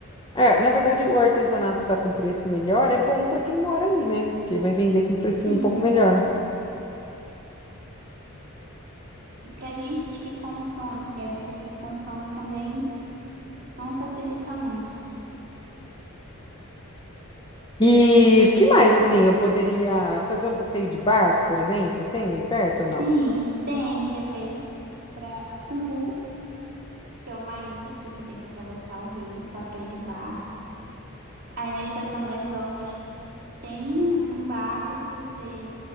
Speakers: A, on the left; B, on the right.
A: É, na verdade, o artesanato tá com preço melhor, é bom para quem mora aí, né? Porque vai vender com precinho
B: Sim,
A: um pouco melhor.
B: mas para gente que consome, que é daqui, consome também, não facilita muito.
A: E o que mais, assim, eu poderia fazer um passeio de barco, por exemplo? Tem aí perto
B: Sim,
A: ou não?
B: tem, que é para ir para Cumbu, que é uma ilha que você tem que atravessar o rio, dá para ir de barco. Aí na Estação das Docas tem um barco que você